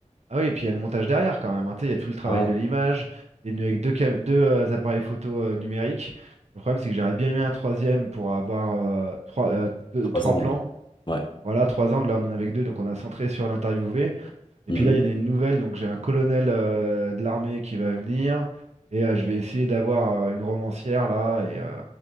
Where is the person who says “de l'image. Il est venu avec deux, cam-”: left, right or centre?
Right